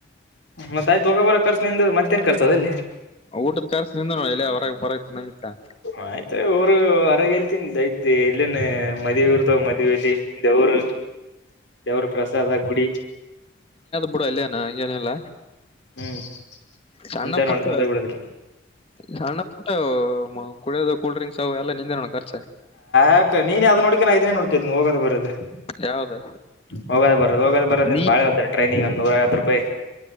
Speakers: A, on the left; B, on the left.
A: ಮತ್ತ ಆಯ್ತ ಹೋಗ ಬರ್ದ್ ಖರ್ಚ್ ನಿಂದ ಮತ್ತೇನ್ ಖರ್ಚ ಆದಲ್ಲಿ.
B: ಊಟದ ಖರ್ಚ ನಿಂದೆ ನೋ ಇಲ್ಲೆ ಹೊರ್ಗ ಬರಗ ತಿನ್ನಗ ಇತ್ತ ಅಂದ್ರ.
A: ಆಯ್ತ ಊರು ಹೊರಗೆ ಎಲ್ಲಿ ತಿಂತಿ ಆಯ್ತ್ ಇಲ್ಲಿನ್. ಮದಿವಿ ಇರ್ತವ ಮದಿವಿಲ್ಲಿ ದೇವರು ದೇವ್ರ ಪ್ರಸಾದ ಗುಡಿ.
B: ಬುಡು ಅಲ್ಲಿನಾ ಹಂಗೇನಿಲ್ಲ
A: ಹ್ಮ್
B: ಸಣ್ಣ
A: ಇಂತ
B: ಪುಟ್ಟ
A: ನೋಡ್ಕೊಂಡ್ ಹೋಗ್ಬಿಡೋದಿಲ್ಲಿ
B: ಸಣ್ಣ ಟ ಮ ಕುಡಿಯೋದ ಕೂಲ್ ಡ್ರಿಂಕ್ಸ ಅವ್ ಎಲ್ಲ ನಿಂದೇ ನೋಡ್ ಖರ್ಚ್.
A: ಯಾಕ್ ನೀನೆ ಅದ ನೋಡ್ಕ್ಯ ನಾ ಇದಿನೇ ನೋಡ್ಕ್ಯತಿನಿ ಹೋಗದ ಬರೋದ.
B: ಯಾವ್ದ
A: ಹೋಗದ ಬರದ ಹೋಗದ ಬರೋದೇನ್
B: ನೀ
A: ಬಾಳ್ ಹೊತ್ದ್ದೇನ್ ಟ್ರೈನಿಗಿ ಒಂದ್ ನೂರ ಐವತ್ತ ರೂಪಾಯಿ.